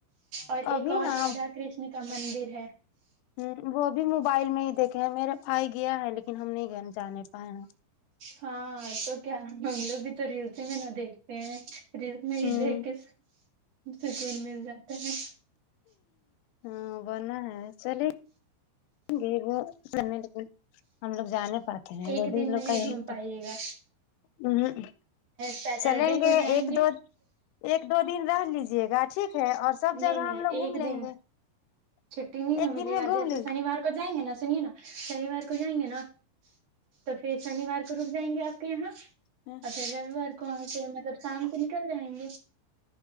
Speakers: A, on the right; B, on the left.
A: اور ایک
B: ابھی
A: اور
B: نا
A: را دھا کرشن کا مندر ہے
B: ہ وہ بھی موبائل میں ہی دیکھے ہیں میرا بھائی گیا ہے لیکن ہم نہیں گئے جانے پاۓ
A: ہاں تو کیا ہم لوگ بھی تو ریلسی میں نہ دیکھتے ہیں ریلس میں ہی
B: ہوں
A: دیکھ کے سکون مل جاتا ہے
B: ہاں بنا ہے چلیے گے وہ س لیکن ہم لوگ جانے پاتے ہیں
A: ایک
B: لیڈیز
A: دن میں
B: لوگ
A: نہیں
B: کا یہی
A: گھوم پائیے
B: تو
A: گا
B: ہ
A: سیٹرڈے
B: چلیں
A: کو
B: گے
A: جائیں
B: ایک دو ایک دو دن رہ لیجے گا ٹھیک ہے اور سب
A: نہیں
B: جگہ
A: نہیں
B: ہم لوگ
A: ایک
B: گھوم لیں
A: دن
B: گے
A: چھٹی نہیں
B: ایک
A: نا ملے
B: دن میں
A: گا
B: گھوم
A: جیسے
B: لیں
A: شنیوار کو جائیں گے نا سنیے نا شنیوار کو جائیں گے نا تو پھر شنیوار کو رک جائیں گے آپ کے یہاں
B: ہوں <unintelligible>
A: اچھا روی وار کو وہاں سے مطلب شام کو نکل جائیں گے